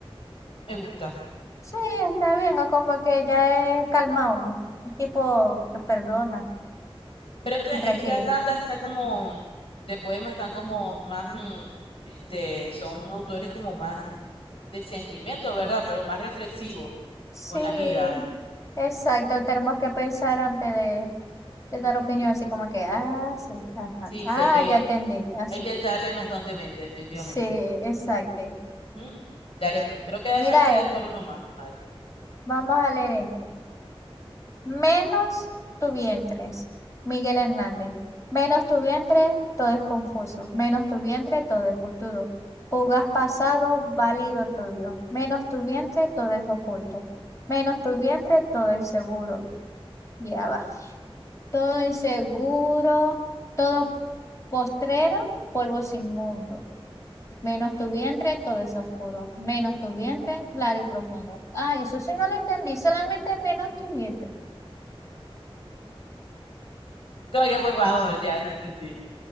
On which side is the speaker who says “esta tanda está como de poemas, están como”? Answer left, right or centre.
Left